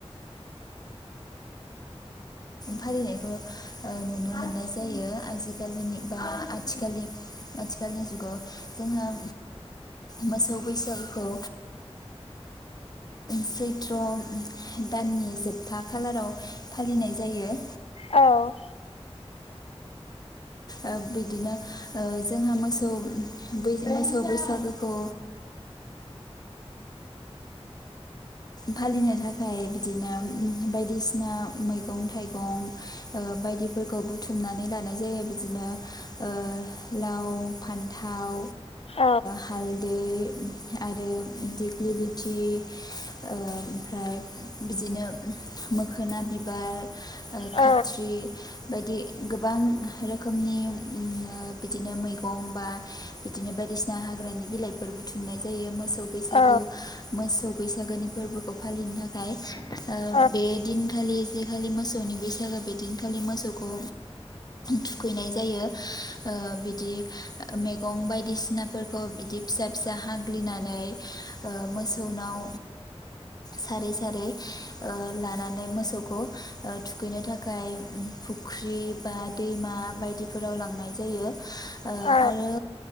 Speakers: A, on the left; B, on the left.
A: फालिनायखौ ओ नुनो मोननाय जायो आजिखालिनि बा आथिखनि आथिखालनि जुगाव जोंहा मोसौ बैसागोखौ सैथ्र' दाननि जोबथा खालाराव फालिनाय जायो।
B: औ
A: ओ बिदिनो जोंहा ओ मोसौ मोसौ बैसागोखौ फालिनो थाखाय बिदिनो बायदिसिना मैगं-थाइगं ओ बायदिफोरखौ बुथुमनानै लानाय जायो बिदिनो ओ लाव, फान्थाव
B: औ
A: हालदै आरो दिग्लि लथि ओ ओमफ्राय बिदिनो मोखोना बिबार ओ
B: औ
A: खाथ्रि बायदि गोबां रोखोमनि बिदिनो मैगं बा बिदिनो बायदिसिना हाग्रानि बिलाइफोर बुथुमनाय जायो मोसौ बैसागो
B: औ
A: मोसौ बैसागोनि फोरबोखौ फालिनो थाखाय
B: औ
A: बे दिनखालि जेखालि मोसौनि बैसागो बे दिनखालि मोसौ खौ थुखैनाय जायो ओ बिदि मैगं बायदिसिना खौ बिदि फिसा फिसा हाग्लिनानै मोसौनाव सारै सारै लानानै मोसौखौ थुखैनो थाखाय फुख्रि बा दैमा बायदिफोराव लांनाय जायो। ओ
B: औ
A: आरो